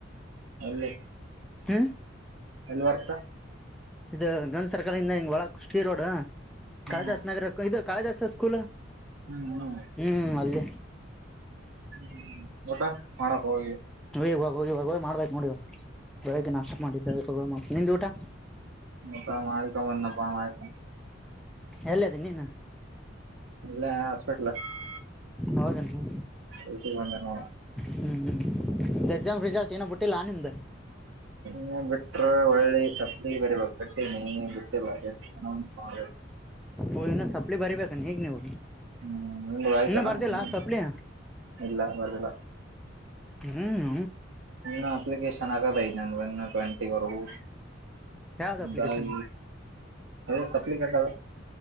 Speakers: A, on the right (about 80°); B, in the centre.
A: ಅಲ್ಲೇ
B: ಹ್ಮ
A: ಎಲ್ಲ ವಾರ್ತಾ
B: ಇದು ಗಂದ್ ಸರ್ಕಲ್ ಇಂದ ಹಿಂಗ್ ಒಳ ಕುಷಿ ರೋಡ್
A: ಹ್ಮ್
B: ಕಳದಾಸ ನಗರ ಕ ಇದು ಕಾಳಿದಾಸಾ ಸ್ಕೂಲ್
A: ಹು ಹಲೋ ಬೈ.
B: ಹು ಹು ಅಲ್ಲಿ
A: ಹು ಊಟಾ ಮಾಡಕ್ ಹೋಗಿ
B: ನೀವಾಗ ಇವಾಗ ಹೋಗಿ ಮಾಡ್ಬೇಕ್ ನೋಡಿವ ಬೆಳಗ್ಗೆ ನಾಷ್ಟ ಮಾಡಿದ್ದ ನಿಂದ್ ಊಟ
A: ಊಟಾ ಮಾಡಕೊಂಡ ಬನ್ನಪಾ ಮಾರಾಯ
B: ಎಲ್ಲದಿ ನೀನು
A: ಇಲ್ಲ ಹಾಸ್ಪಿಟಲ್ <unintelligible>
B: ಹೌದನಡ್ರಿ.
A: ಇಗ ಬಂದ್ರ ನೋಡ.
B: ಹ್ಮ್ ಹ್ಮ್ ಎಕ್ಸಾಮ್ ರಿಸಲ್ಟ್ ಇನ್ನು ಬಿಟ್ಟಿಲ್ಲಾ ನಿಮ್ದ
A: ನೀ ಬಿಟ್ರ ವಳ್ಳಿ ಸಪನಿ ಬಡೀಬೇಕು ಕಟ್ಟೇನಿ ಬಿಟ್ಟಿಲ್ಲಾ. ಅನೌನ್ಸ್ ಮಾಡಬೇಕು.
B: ಓ ಇನ ಸಪ್ಲಿ ಬರಿಬೇಕನ ಈಗ್ ನೀವು
A: ಹ್ಮ್ ಮೊಲ ಆಯ್ತಲ್ಲ
B: ಇನ್ನು ಬರ್ದಿಲ್ಲ
A: ಮೊನ್ನೆ
B: ಸಪ್ಲಿ
A: ಇಲ್ಲ ಬರ್ದಿಲ್ಲ
B: ಹ್ಹು
A: ಇನ್ನು ಅಪ್ಲಿಕೇಶನ್ ಆಗದ ಐತಿ ಇನ್ನು ಟ್ವೆಂಟಿವರೆಗೂ.
B: ಯಾವ್ದ್ ಅಪ್ಲಿಕೇಶನ್
A: ದಾಯ ಅ ಸಪ್ಲಿ ಕತಾವ.